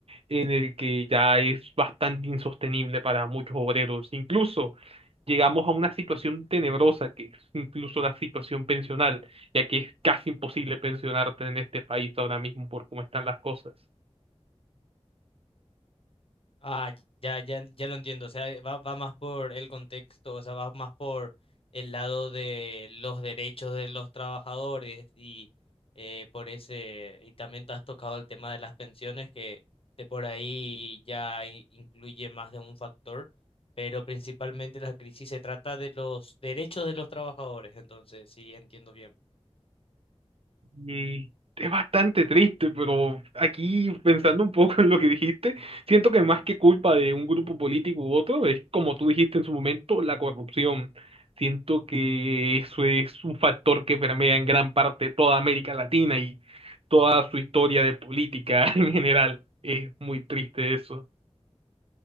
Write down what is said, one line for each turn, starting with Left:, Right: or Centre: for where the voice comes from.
Right: en el que ya es bastante insostenible para muchos obreros. Incluso llegamos a una situación tenebrosa que es incluso la situación pensional, ya que es casi imposible pensionarte en este país ahora mismo por cómo están las cosas.
Left: Ah, ya, ya, ya lo entiendo. O sea, va, va más por el contexto, o sea, va más por el lado de los derechos de los trabajadores y eh, por ese, y también te has tocado el tema de las pensiones, que de por ahí ya i- incluye más de un factor, pero principalmente la crisis se trata de los derechos de los trabajadores, entonces sí, entiendo bien.
Right: Y es bastante triste, pero aquí pensando un poco en lo que dijiste, siento que más que culpa de un grupo político u otro, es como tú dijiste en su momento, la corrupción. Siento que eso es un factor que permea en gran parte toda América Latina y toda su historia de política <laughs> en general. Es muy triste eso.